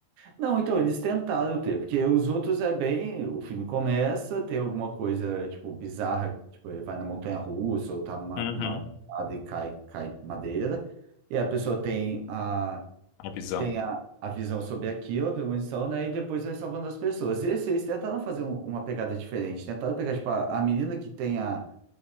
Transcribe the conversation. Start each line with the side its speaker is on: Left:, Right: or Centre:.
Right: Não, então eles tentaram ter, porque os outros é bem. O filme começa, tem alguma coisa, tipo, bizarra, tipo, ele vai na montanha-russa ou tá numa
Left: Uhum,
Right: uma, escada e cai, cai madeira, e a pessoa tem a,
Left: a visão.
Right: tem a visão sobre aquilo, a premonição, né? E depois vai salvando as pessoas. Esse, eles tentaram fazer um- uma pegada diferente, tentaram pegar, tipo, a, a menina que tem a